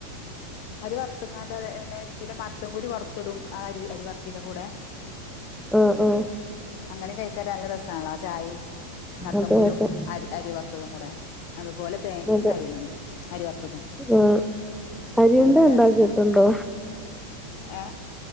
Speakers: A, on the left; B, in the centre.
A: അരി വറുത്തങ്ങാണ്ട് എണ്ണേ പിന്നെ മത്തൻകുരു വറുത്തിടും ആ അരി അരി വറുത്തിന്റെ കൂടെ
B: ആഹ് ആഹ്
A: അങ്ങനെ കഴിക്കാനും നല്ല രസനല്ലോ ആ ചായിം മത്തംകുരും
B: അതെ അതെ
A: അരി അരി വറുത്തതും കൂടെ അതുപോലെ തേങ്ങയും
B: അതെ
A: അരിമണി അരി വറുത്തതും
B: ആഹ് അരിയുണ്ട
A: നല്ല ടേസ്റ്റാ
B: ഉണ്ടാക്കിയിട്ടുണ്ടോ?
A: ഏ